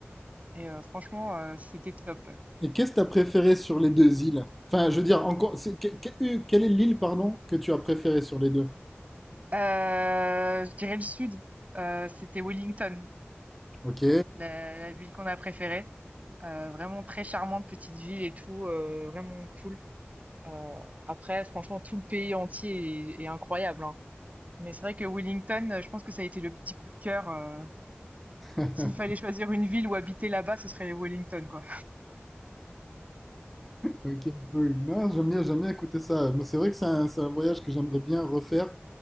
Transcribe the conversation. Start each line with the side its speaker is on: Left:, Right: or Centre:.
Right: et euh, franchement, euh, c'était top.
Centre: Et qu'est-ce que t'as préféré sur les deux îles? Enfin, je veux dire, encore, c'est- que- que- euh, quelle est l'île, pardon, que tu as préférée sur les deux?
Right: Euh, je dirais le sud. Euh, c'était Wellington,
Centre: Ok.
Right: la, la ville qu'on a préférée. Euh, vraiment très charmante petite ville et tout, euh, vraiment cool. Euh, après, franchement, tout le pays entier est, est incroyable, hein. Mais c'est vrai que Wellington, euh, je pense que ça a été le petit coup de cœur. euh.
Centre: <laughs>
Right: S'il fallait choisir une ville où habiter là-bas, ce serait Wellington, quoi.
Centre: Ok, cool. Non, j'aime bien, j'aime bien écouter ça. Moi, c'est vrai que c'est un, c'est un voyage que j'aimerais bien refaire.